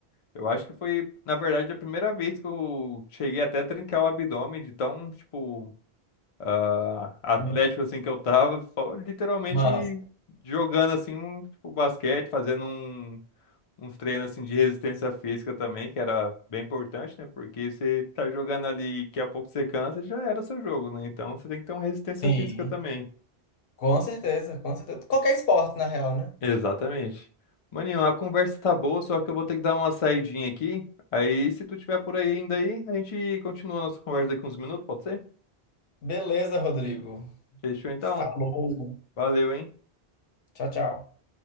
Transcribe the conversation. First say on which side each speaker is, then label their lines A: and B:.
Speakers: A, on the left; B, on the left.
A: Eu acho que foi, na verdade, a primeira vez que eu cheguei até a trincar o abdômen de tão, tipo, ah, atlético
B: Uhum.
A: assim que eu tava, só literalmente
B: Mas,
A: jogando assim um, tipo, basquete, fazendo um uns treinos assim de resistência física também, que era bem importante, né? Porque você tá jogando ali, daqui a pouco você cansa, já era seu jogo, né? Então você tem que ter uma resistência
B: sim.
A: física também.
B: Com certeza, com certeza. Qualquer esporte, na real, né?
A: Exatamente. Maninho, a conversa tá boa, só que eu vou ter que dar uma saidinha aqui. Aí, se tu tiver por aí ainda aí, a gente continua a nossa conversa daqui uns minutos, pode ser?
B: Beleza, Rodrigo.
A: Fechou então?
B: Falou.
A: Valeu, hein?
B: Tchau, tchau.